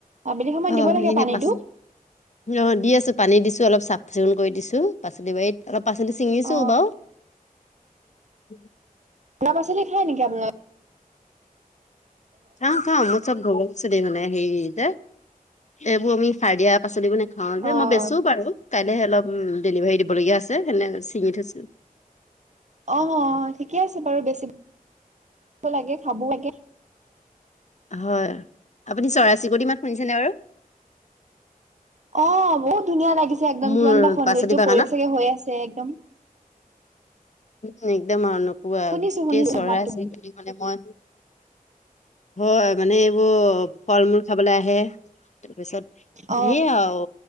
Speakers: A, on the right (about 55°); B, on the left (about 50°).
A: আবেলি সময়ত
B: অ
A: দিব লাগে
B: সেই
A: পানীতো।
B: পাচ অ দি আছো পানী দিছো অলপ চা। চিকুণ কৰি দিছো পাচলি বাৰীত অলপ পাচলি চিঙিছো
A: অ
B: বাৰু। উ
A: শুধা পাচলি খায় নেকি আপোনালোক
B: খাও খাও মোৰ চব ঘৰ মানে হেৰি যে এইবোৰ আমি হাৰ দিয়া। পাচলিবোৰ নাখাওঁ যে
A: অ
B: মই বেচো বাৰু। কাইলৈহে অলপ ডেলিভাৰী দিবলগীয়া আছে সেনে ছিঙি থৈছো।
A: অ অ ঠিকে আছে বাৰু বেছি লাগে খাব লাগে।
B: হয় আপুনি চৰাই চিকটি মাত শুনিছেনে বাৰু।
A: অ বহুত ধুনীয়া লাগিছে একদম
B: মোৰ
A: কিমান এটা সৌন্দৰ্য
B: পাচলি বাগানত
A: পৰি চাগে হৈ আছে একদম।
B: উম একদম আৰু নপোৱা
A: শুনিছো
B: গোটেই
A: শুনিছো
B: চৰাই
A: মাতটো
B: চিৰিকটি মানে মই, হয় মানে এইবোৰ ফল মূল খাবলৈ আহে তাৰপিছত
A: অ
B: ধেৰ আৰু,